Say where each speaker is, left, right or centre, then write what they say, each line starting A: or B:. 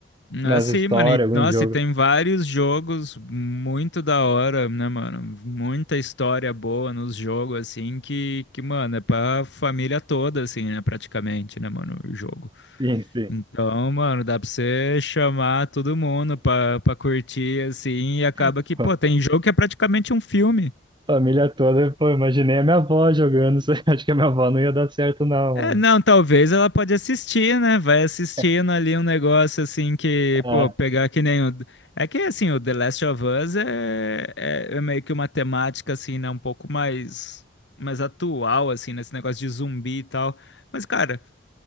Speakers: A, on the right; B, on the left.
A: nas
B: Ah, sim,
A: histórias,
B: mano. E,
A: algum
B: nossa,
A: jogo.
B: e tem vários jogos muito da hora, né, mano? Muita história boa nos jogos, assim, que, que, mano, é pra família toda, assim, né, praticamente, né, mano, o jogo.
A: Sim, sim.
B: Então, mano, dá pra você chamar todo mundo pra, pra curtir, assim, e acaba
A: <laughs>
B: que, pô, tem jogo que é praticamente um filme.
A: Família toda, pô, imaginei a minha avó jogando. <laughs> Acho que a minha avó não ia dar certo, não,
B: É,
A: mano.
B: não, talvez ela pode assistir, né? Vai assistindo
A: <laughs>
B: ali um negócio assim que,
A: Ah,
B: pô, pegar que nem o. É que assim, o The Last of Us é, é, é meio que uma temática assim, né? Um pouco mais, mais atual, assim, nesse negócio de zumbi e tal. Mas, cara,